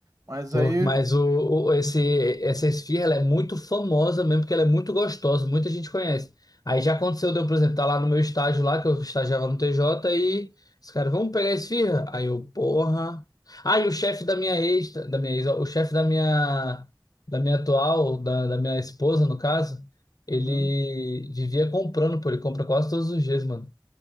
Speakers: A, on the right (about 50°); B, on the left (about 55°).
A: Mas
B: Por-
A: aí,
B: Mas o, o- esse, essa esfirra ela é muito famosa mesmo, porque ela é muito gostosa, muita gente conhece. Aí já aconteceu, deu, por exemplo, tá lá no meu estágio lá, que eu estagiava no TJ, e os caras, vamos pegar a esfirra? Aí eu, porra. Aí o chefe da minha ex, da minha ex, ó, o chefe da minha, da minha atual, da, da minha esposa, no caso, ele
A: uhum.
B: vivia comprando, pô, ele compra quase todos os dias, mano.